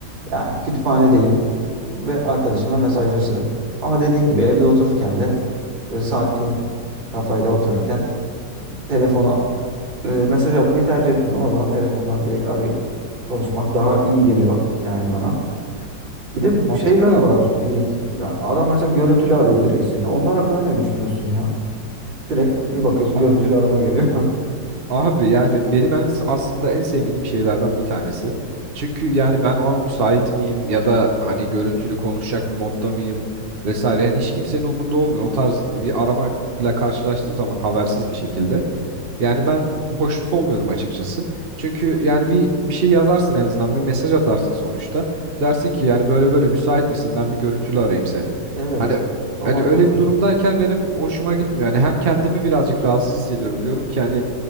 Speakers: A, on the right; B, on the right.
A: Yani kütüphanedeyim ve arkadaşımla mesajlaşırım. Ama dediğin gibi evde otururken de böyle sakin kafayla otururken telefona e, mesaj atmayı tercih etmiyorum. O zaman telefondan direkt arayıp konuşmak daha iyi geliyor yani bana. Bir de
B: Mantıklı
A: şeyler
B: abi.
A: var Yiğit. Ya adam mesela görüntülü arıyor direkt seni. Onlar hakkında ne düşünüyorsun ya? Direkt bir bakıyorsun
B: Abi
A: görüntülü arama geliyor. <laughs>
B: Abi yani benim en, aslında en sevmediğim şeylerden bir tanesi. Çünkü yani ben o an müsait miyim ya da hani görüntülü konuşacak bir modda mıyım vesaire. Yani hiç kimsenin umurunda olmuyor. O tarz bir aramayla karşılaştığım zaman habersiz bir şekilde. Yani ben hoşnut olmuyorum açıkçası. Çünkü yani bir bir şey yazarsın en azından bir mesaj atarsın sonuçta. Dersin ki yani böyle böyle müsait misin? Ben bir görüntülü arayayım seni.
A: Evet.
B: Hani
A: O
B: hani
A: mantıklı.
B: öyle bir durumdayken benim hoşuma gitmiyor. Hani hem kendimi birazcık rahatsız hissediyorum. Diyorum ki hani